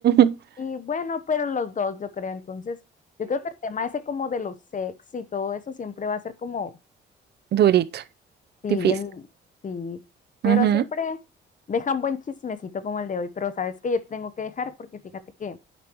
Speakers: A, on the right; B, on the left.
A: <laughs>
B: Y bueno, pero los dos, yo creo, entonces, yo creo que el tema ese como de los sex y todo eso siempre va a ser como...
A: Durito,
B: Sí,
A: difícil.
B: bien, sí. Pero
A: Ujú.
B: siempre dejan buen chismecito como el de hoy. Pero sabes que yo te tengo que dejar porque fíjate que